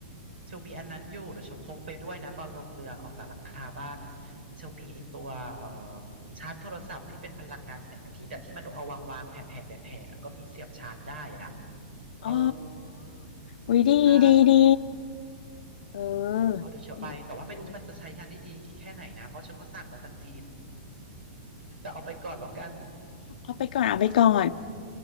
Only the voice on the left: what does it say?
อ๋อ
อุ้ยดีดีดี
เออ
ดีดี
เอาไปก่อนเอาไปก่อน